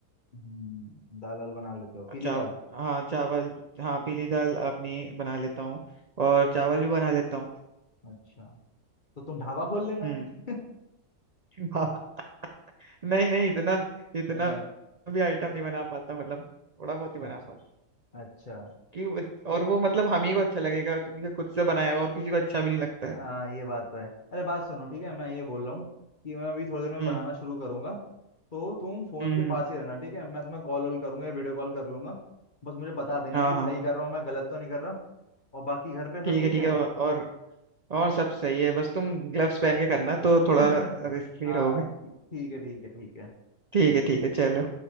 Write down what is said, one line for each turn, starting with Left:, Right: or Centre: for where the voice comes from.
Left: हम्म, दाल वाल बना लेते हो पीली
Right: चाव
Left: दाल
Right: हाँ चावल हाँ पीली दाल अपनी बना लेता हूँ और चावल भी बना लेता हूँ
Left: अच्छा तो तुम ढाबा खोल लेना
Right: हम्म
Left: <laughs>
Right: <laughs> नहीं नहीं इतना इतना
Left: अ,
Right: भी आइटम नहीं बना पाता हूँ, मतलब थोड़ा बहुत ही बना
Left: अच्छा
Right: पाता
Left: अच्छा
Right: हूँ कि और वो मतलब हम ही को अच्छा लगेगा क्योंकि खुद से बनाया हुआ और किसी को अच्छा भी नहीं लगता है
Left: हाँ ये बात तो है अरे बात सुनो ठीक है मैं ये बोल रहा हूँ कि मैं अभी थोड़ी देर में
Right: हम्म
Left: बनाना शुरू करूंगा तो तुम फोन
Right: हम्म हम्म,
Left: के पास ही रहना ठीक है मैं तुम्हें कॉल वॉल करूंगा या वीडियो कॉल कर लूंगा बस मुझे बता देना
Right: हाँ
Left: कि
Right: हाँ
Left: सही कर रहा हूँ मैं गलत तो नहीं कर रहा और बाकी घर पे सब
Right: ठीक
Left: ठीक
Right: है ठीक
Left: है
Right: है और और और सब सही है बस तुम ग्लव्स पहन के करना तो थोड़ा
Left: <laughs>
Right: रिस्क फ्री
Left: हाँ
Right: रहोगे
Left: ठीक ठीक है ठीक है ठीक है
Right: ठीक है ठीक है चलो